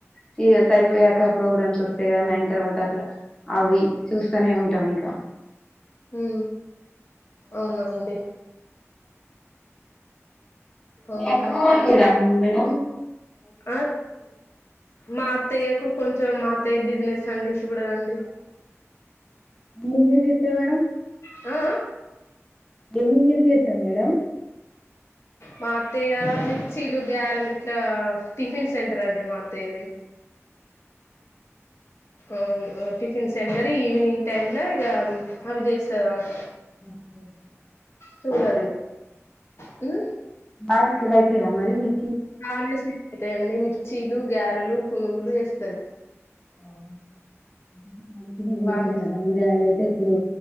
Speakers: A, on the left; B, on the left.
A: సీరియల్స్ అయిపోయాక ప్రోగ్రామ్స్ వస్తాయి కదా నైన్ తర్వాత అట్లా అవి చూస్తనే ఉంటాం ఇంకా
B: హ అవున అండి
A: మీ
B: అవునా
A: అత్తమ్మ వాళ్ళు కూడా నా మేడమ్
B: ఆ మా తయ్యకు కొంచెం మా అ బిజినెస్ అండి చూడదండి
A: <unintelligible> మేడమ్
B: ఆ
A: బిజినెస్ ఏం చేస్తారు మేడం
B: మా అత్తయ్య మిర్చీలు గ్యారెలు ఇట్లా టిఫిన్ సెంటర్ అండి మా అత్తయ్యది అవున టిఫిన్ సెంటర్ ఈవినింగ్ టైమ్ లో ఇక అవి చేస్తాది ఆమె
A: అే
B: చూడండి హు
A: బా సీల అయితేగా మరి మీ
B: <unintelligible> అవుతాయండి మిర్చీలు గారెలు పునుగులు చేస్తది
A: ఆ ఇిన
B: బానే
A: మడ ఇది అద అయితే ఇప్పుడు